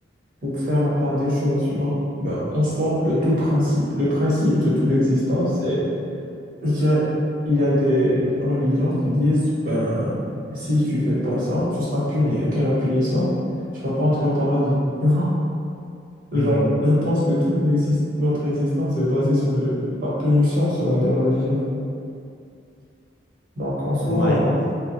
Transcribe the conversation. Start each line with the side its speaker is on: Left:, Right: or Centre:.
Right: pour faire la part des choses, tu vois. Ben, en soi, le tout principe, le principe de toute l'existence, c'est, je dirais, il y a des religions qui disent, ben, si tu fais pas ça, tu seras puni. Et quelle est la punition? Tu vas pas entrer au paradis, <laughs> tu vois. Genre,
Left: mhm.
Right: je pense que toute n'exis- notre existence est basée sur le- la punition selon des religions. Donc, en soi,
Left: Ouais, il